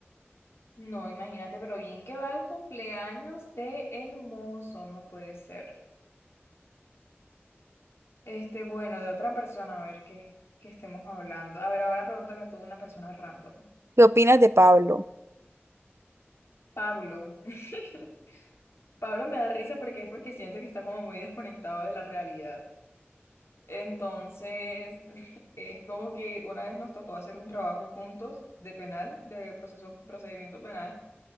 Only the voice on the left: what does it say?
No, imagínate, pero bien que va el cumpleaños de El Mozo, no puede ser. Este, bueno, de otra persona, a ver qué, qué estemos hablando. A ver, ahora pregúntame tú una persona random.
Pablo. <laughs> Pablo me da risa porque es porque siento que está como muy desconectado de la realidad. Entonces, <laughs> es como que una vez nos tocó hacer un trabajo juntos de penal, de proceso, procedimiento penal,